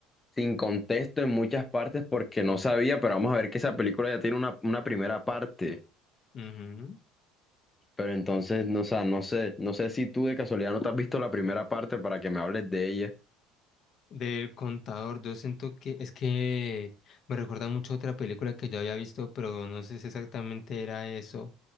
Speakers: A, on the left; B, on the left.
A: sin contexto en muchas partes porque no sabía, pero vamos a ver que esa película ya tiene una, una primera parte.
B: Ujú.
A: Pero entonces, no, o sea, no sé, no sé si tú de casualidad no te has visto la primera parte para que me hables de ella.
B: Del contador, yo siento que es que me recuerda mucho a otra película que yo había visto, pero no sé si exactamente era eso,